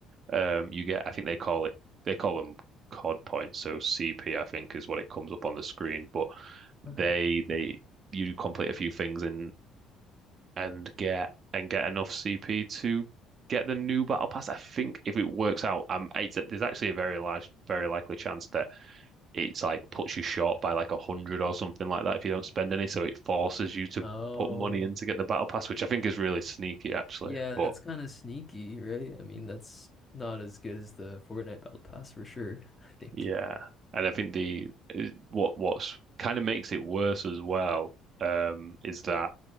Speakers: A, on the right (about 40°); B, on the left (about 15°).
A: um you get I think they call it they call them COD points, so CP I think is what it comes up on the screen, but
B: Okay.
A: they they you complete a few things in and get and get enough CP to get the new battle pass. I think if it works out, um, it's, there's actually a very large, very likely chance that it's like puts you short by like a hundred or something like that if you don't spend any. So it forces you to
B: Oh,
A: put money in to get the battle pass, which I think is really sneaky actually.
B: yeah,
A: But
B: that's kind of sneaky, right? I mean, that's not as good as the Fortnite Battle Pass for sure, <laughs> I think.
A: yeah, and I think the what what's kind of makes it worse as well um, is that